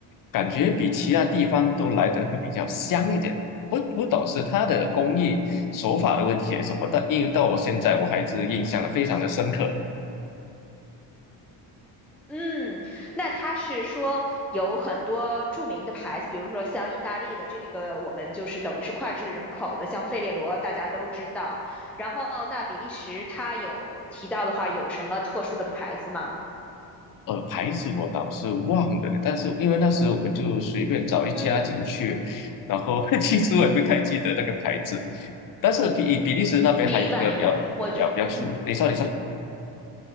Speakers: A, on the left; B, in the centre.
A: 感觉比其他地方都来得会比较香一点。不不懂是它的工艺手法的问题还是什么，但因为到我现在我还是印象的非常的深刻。
B: 嗯，那它是说有很多著名的牌子，比如说像意大利的这个，我们就是等于是脍炙人口的，像费列罗大家都知道。然后那比利时它有提到的话，有什么特殊的牌子吗？
A: 呃，牌子我倒是忘了，但是因为那时候我们就随便找一家进去，
B: 嗯，
A: 然后 <laughs> 其实我也不太记得那个牌子，但是比比利时那边还有一个比较比较比较出名。
B: 明白明白，我觉嗯。
A: 你说，你说，